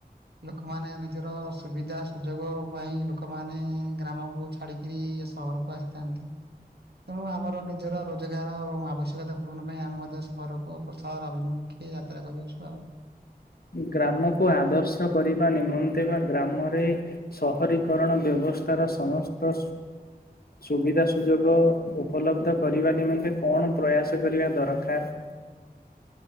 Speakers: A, on the right; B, on the left.
A: ଲୋକମାନେ ନିଜର ସୁବିଧା ସୁଯୋଗ ପାଇଁ ଲୋକମାନେ ଗ୍ରାମକୁ ଛାଡିକିରି ସହରକୁ ଆସିଥାନ୍ତି ତେଣୁ ଆମର ନିଜର ରୋଜଗାର ଏବଂ ଆବଶ୍ୟକତା ପୂରଣ ପାଇଁ ଆମେ ମଧ୍ୟ ସ ଘରକୁ ଉପସହର ଅଭିମୁଖେ ଯାତ୍ରା କରିଅଛୁ ଆଉ।
B: ଗ୍ରାମକୁ ଆଦର୍ଶ କରିବା ନିମନ୍ତେ ବା ଗ୍ରାମରେ ସହରୀକରଣ ବ୍ୟବସ୍ଥାର ସମସ୍ତ ସୁବିଧା ସୁଯୋଗ ଉପଲବ୍ଧ କରିବା ନିମନ୍ତେ କଣ ପ୍ରୟାସ କରିବା ଦରକାର?